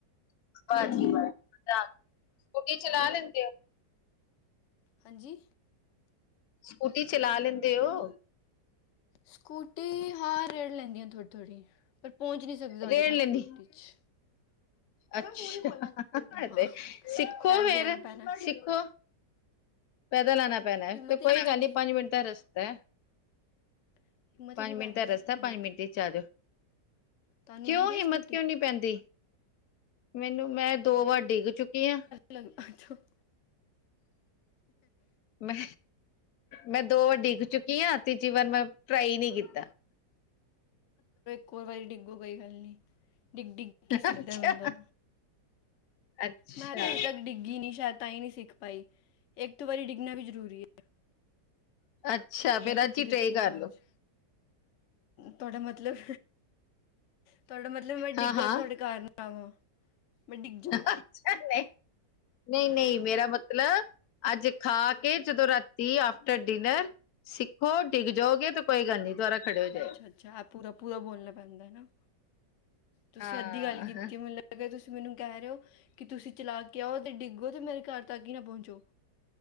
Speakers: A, on the left; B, on the left.
A: <unintelligible> ਸਕੂਟੀ ਚਲਾ ਲੈਂਦੇ ਓ?
B: ਹਾਂਜੀ।
A: ਸਕੂਟੀ ਚਲਾ ਲੈਂਦੇ ਔ?
B: ਸਕੂਟੀ ਹਾਂ ਰੇੜ ਲੈਂਨੀ ਆ ਥੋੜ੍ਹੀ ਥੋੜ੍ਹੀ। ਪਰ ਪਹੁੰਚ ਨਹੀਂ ਸਕਦੇ ਤੁਹਾਡੇ
A: ਰੇੜ
B: ਘਰ
A: ਲੈਂਦੀ
B: ਸਕੂਟੀ 'ਚ।
A: ਅੱਛਾ,
B: ਹਾਂ
A: ਤੇ ਸਿੱਖੋ
B: ਪੈਦਲ
A: ਫੇਰ,
B: ਹੀ ਆਉਣਾ ਪੈਣਾ
A: ਸਿੱਖੋ। ਪੈਦਲ ਆਣਾ ਪੈਣਾ
B: ਹਿੰਮਤ
A: ਤੇ
B: ਹੀ
A: ਕੋਈ
B: ਨਹੀਂ
A: ਗੱਲ
B: ਪੈਂਦੀ
A: ਨੀ ਪੰਜ ਮਿੰਟ ਦਾ ਰਸਤਾ ਹੈ।
B: ਹਿੰਮਤ
A: ਪੰਜ
B: ਹੀ ਨਹੀਂ ਪੈਂਦੀ
A: ਮਿੰਟ ਦਾ ਰਸਤਾ
B: ਸਿੱਖਣ
A: ਹੈ ਪੰਜ
B: ਦੀ
A: ਮਿੰਟ ਚ ਆਜੋ
B: ਤੁਹਾਨੂੰ
A: ਕਿਉਂ
B: ਆਂਦੀ
A: ਹਿੰਮਤ
B: ਹੈ ਸਕੂਟੀ
A: ਕਿਉਂ ਨਹੀਂ ਪੈਂਦੀ ਮੈਨੂੰ ਮੈਂ ਦੋ ਵਾਰ ਡਿੱਗ ਚੁੱਕੀ ਆ।
B: ਲਥੋਂ <unintelligible>
A: ਮੈਂ ਮੈਂ ਦੋ ਵਾਰ ਡਿੱਗ ਚੁੱਕੀ ਆਂ। ਤੀਜੀ ਵਾਰ ਮੈਂ ਟਰਾਈ ਈ ਨੀ ਕੀਤਾ।
B: ਕੋਈ ਵਾਰੀ ਡਿੱਗੋ ਕੋਈ ਗੱਲ ਨੀ ਡਿੱਗ ਡਿੱਗ, ਕੇ ਸਿੱਖਦਾ
A: ਅੱਛਾ
B: ਬੰਦਾ
A: ਅੱਛਾ
B: ਮੈਂ ਤੇ ਹਜੇ ਤੱਕ ਡਿੱਗੀ ਨੀ ਸ਼ਾਇਦ, ਤਾਂ ਹੀ ਨਹੀਂ ਸਿੱਖ ਪਾਈ, ਇੱਕ ਵਾਰੀ ਡਿੱਗਣਾ ਵੀ ਜ਼ਰੂਰੀ ਏ।
A: ਅੱਛਾ, ਫਿਰ
B: ਕਿੱਥੇ
A: ਅੱਜ ਹੀ
B: ਗਲਤੀ
A: ਟ੍ਰਈ ਕਰਲੋ।
B: ਹਾਂਜੀ ਤੁਹਾਡਾ ਮਤਲਬ, ਤੁਹਾਡਾ ਮਤਲਬ, ਮੈਂ
A: ਹਾਂ
B: ਡਿੱਗਾ
A: ਹਾਂ
B: ਤੇ ਤੁਹਾਡੇ ਘਰ ਨਾ ਆਵਾਂ। ਮੈਂ ਡਿੱਗ ਜਾ
A: ਅੱਛਾ, ਨਹੀ, ਨਹੀ, ਨਹੀ, ਮੇਰਾ ਮਤਲਬ ਅੱਜ ਖਾ ਕੇ, ਜਦੋਂ ਰਾਤੀ ਆਫਟਰ ਡਿਨਰ, ਸਿੱਖੋ ਡਿੱਗ ਜਿਉਗੇ ਕੋਈ ਗੱਲ ਨੀ, ਦੁਆਰਾ ਖੜੇ ਹੋ ਜਾਇਓ।
B: ਅੱਛਾ ਅੱਛਾ, ਪੂਰਾ, ਪੂਰਾ, ਬੋਲਣਾ ਪੈਂਦਾ ਹੈ ਨਾ। ਤੁਸੀਂ
A: ਹਾਂ
B: ਅੱਧੀ ਗੱਲ ਕੀਤੀ ਮੈਨੂੰ ਲੱਗਿਆ, ਤੁਸੀਂ ਮੈਨੂੰ ਕਹਿ ਰਹੇ ਹੋ ਕਿ ਤੁਸੀਂ ਚਲਾ ਕੇ ਆਓ ਤੇ ਡਿੱਗ <unintelligible> ਮੇਰੇ ਘਰ ਤੱਕ ਹੀ ਨਾ ਪਹੁੰਚੋ।